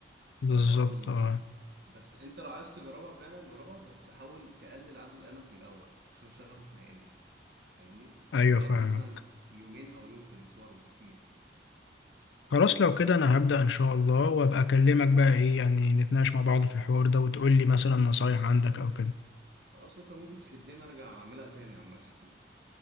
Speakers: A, on the right (about 60°); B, on the left (about 85°).
A: فبرضو
B: بالظبط
A: مش
B: اه
A: بس انت لو عايز تجربها فعلا جربها بس حاول تقلل عدد ايامك من الاول عشان شغفك ما يقلش فاهمني
B: ايوه
A: حاول
B: فعلا
A: مثلا يومين او يوم في الاسبوع بالكتير
B: خلاص لو كده انا هبدا ان شاء الله وابقى اكلمك بقى ايه يعني نتناقش مع بعض في الحوار ده وتقول لي مثلا نصايح عندك او كده
A: خلاص وانت ممكن تشدني ارجع اعملها تاني عامه <laughs>